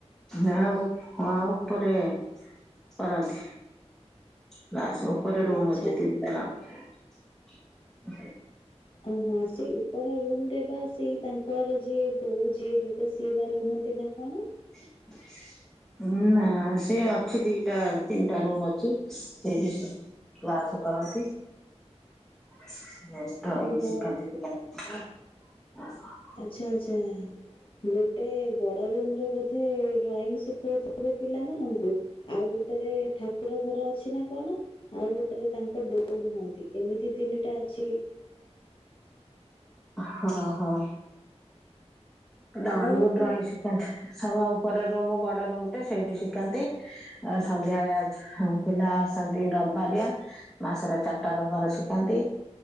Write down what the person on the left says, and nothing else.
ଆଚ୍ଛା
ଓହଁ ସେଇ ଉପର ରୁମରେ ବା ସେଇ ତାଙ୍କର ଯିଏ ବୋଉ ଯିଏ ହେବେ ସିଏ ବା ରୁହନ୍ତି ନା କଣ?
ଓହୋ
ଆଚ୍ଛା ଆଚ୍ଛା। ଗୋଟେ ବଡ ରୁମରେ ବୋଧେ ଡ୍ରଇଂ ଶିଖାଉଥିବେ ପିଲାମାନଙ୍କୁ ଆଉ ଗୋଟେରେ ଠାକୁର ଘର ଅଛି ନା କଣ ଆଉ ଗୋଟେରେ ତାଙ୍କ ବୋଉ ରୁହନ୍ତି ଏମିତି ତିନିଟା ଅଛି
ମୋର ତ